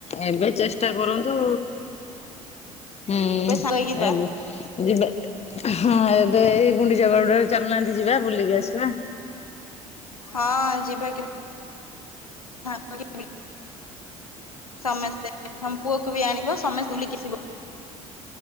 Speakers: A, on the left (about 35°); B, on the left (about 85°).
A: ଏବେ ଚେଷ୍ଟା କରନ୍ତୁ। ହୁଁ
B: କେବେ ସାଙ୍ଗ ହେଇକି ଯିବା
A: ଏ ଯିବା ହଁ ଏବେ ଏଇ ଗୁଣ୍ଡିଚା ବାହୁଡା ରେ ଚାଲୁ ନାହାନ୍ତି ଯିବା ବୁଲିକି ଆସିବା।
B: ହଁ ଯିବା କେ <unintelligible> ସମସ୍ତେ ତମ୍ ପୁଅକୁ ବି ଆଣିବ ସମେ ବୁଲିକି ଆସିବ।